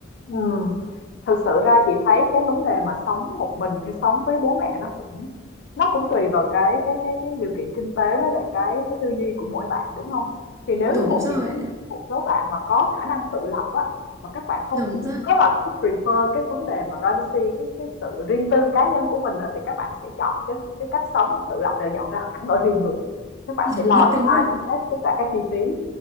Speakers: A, on the left (about 55°); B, on the right (about 15°).
A: Ừ. Thực sự ra chị thấy cái vấn đề mà sống một mình hay sống với bố mẹ nó cũng nó cũng tùy vào cái cái cái cái điều kiện kinh tế với lại cái cái tư duy của mỗi bạn đúng không? Thì nếu
B: đúng
A: như một
B: rồi
A: chị thấy một số bạn mà có khả năng tự lập á mà các bạn không
B: đúng
A: thích
B: rồi
A: có là cái prefer cái vấn đề mà privacy cái cái sự riêng tư cá nhân của mình á thì các bạn sẽ chọn cái cái cách sống mà tự lập là dọn ra hẳn ở riêng luôn. Các bạn
B: <laughs>
A: sẽ lo
B: đúng
A: từ ăn,
B: rồi
A: đến Z tất cả các chi phí